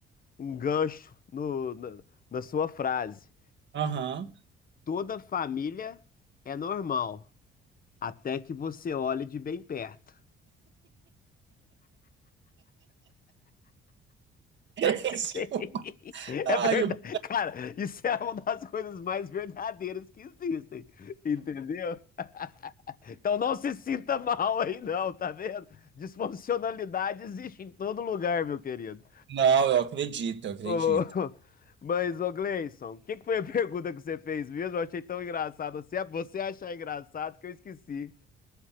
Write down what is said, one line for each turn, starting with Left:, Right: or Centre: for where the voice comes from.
Left: um gancho no- na, na sua frase.
Right: Aham.
Left: Toda família é normal, até que você olhe de bem perto.
Right: <laughs> Esse
Left: <laughs> <laughs>
Right: que eu-
Left: É
Right: Ah,
Left: verdade.
Right: eu...
Left: Cara, isso é uma das coisas mais verdadeiras que existem, entendeu? Então não se sinta mal aí, não, tá vendo? Disfuncionalidade existe em todo lugar, meu querido.
Right: Não, eu acredito, eu acredito.
Left: Ô, <laughs> mas, ô Gleison, o que que foi a pergunta que você fez mesmo? Eu achei tão engraçado. Você, você achar engraçado que eu esqueci.